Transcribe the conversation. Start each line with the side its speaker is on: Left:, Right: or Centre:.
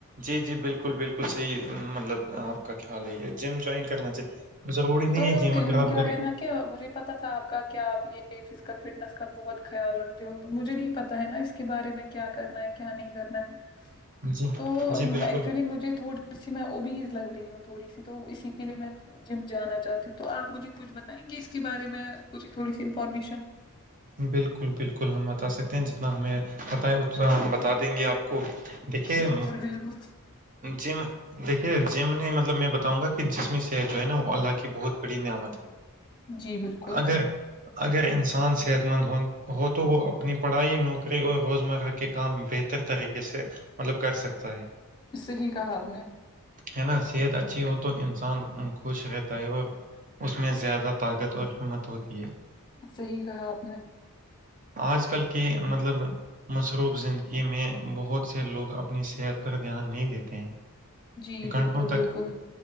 Right: جی جی بالکل بالکل صحیح مطلب آپ کا خیال ہے یہ جم جوائن کرنا چاہیے ضرورڑی نہیں
Left: تو
Right: ہے جم
Left: تم-
Right: اگر آپ گے
Left: ہے نا کیا مجھے پتا تھا آپ کا کیا آپ یہ فزیکل فٹنس کا بہت خیال رکھتے ہو تو مجھے نہیں پتا ہے نا اس کے بارے میں کیا کرنا ہے کیا نہیں کرنا ہے
Right: جی
Left: تو
Right: جی بالکل
Left: ایکچولی مجھے تھوڑی ج سے میں ابیز لگ رہی ہوں تھوڑی سی تو اسی کے لیے میں جم جانا چاہتی ہیں تو آپ مجھے کچھ بتائیں گے اس کے بارے میں کچھ تھوڑی سی انفارمیشن
Right: بالکل بالکل ہم بتا سکتے ہیں جتنا ہمیں بتائے اتنا ہم بتا دیں گے آپ کو دیکھے
Left: بالکل بالکل
Right: جم دیکھیے جی میں نے مطلب میں بتاؤں گا کہ جسمی صحت جو ہے نا وہ اللہ کی بہت بڑی نعمت ہے
Left: جی بالکل
Right: اگر اگر انسان صحت مند ہو تو وہ اپنی پڑھائی نوکری اور روزمرہ کے کام بہتر طریقے سے مطلب کر سکتا ہے
Left: صحی کہا آپ نے
Right: ہے نا صحت اچھی ہو تو انسان خوش رہتا ہے اور اس میں زیادہ طاقت اور ہمت ہوتی ہے
Left: صحیح کہا آپ نے
Right: آج کل کے مطلب مصروف زندگی میں بہت سے لوگ اپنی صحت پر دھیان نہیں دیتے ہیں
Left: جی
Right: گھنٹوں
Left: بالکل
Right: تک
Left: بالکل